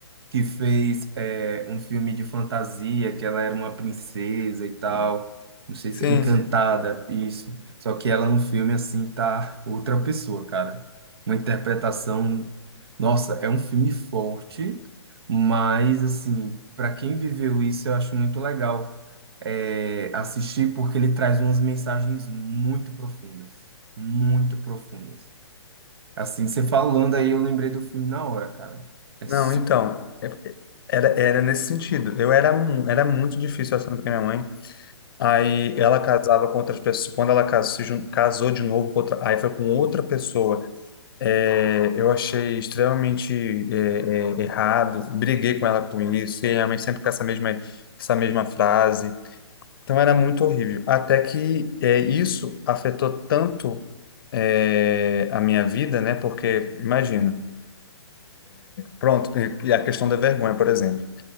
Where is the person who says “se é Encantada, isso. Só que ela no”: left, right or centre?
Right